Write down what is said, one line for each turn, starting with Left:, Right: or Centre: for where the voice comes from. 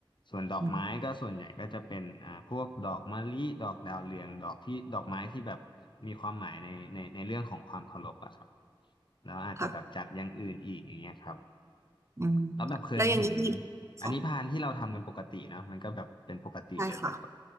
Left: ส่วนดอกไม้ก็ส่วนใหญ่ก็จะเป็นอ่าพวกดอกมะลิดอกดาวเรืองดอกที่ดอกไม้ที่แบบมีความหมายในในในเรื่องของความเคารพอะครับ
Right: อืม
Left: แล้วอาจจะแบบจัดอย่างอื่นอีกอย่างเงี้ยครับ
Right: ค่ะอืม
Left: แล้วแบบเคยเห็น
Right: แล้วอย่างนี้มี
Left: อันนี้พานที่เราทำกันปกตินะมันก็แบบเป็นปกติเลยแต่แบบ
Right: ค่ะใช่ค่ะ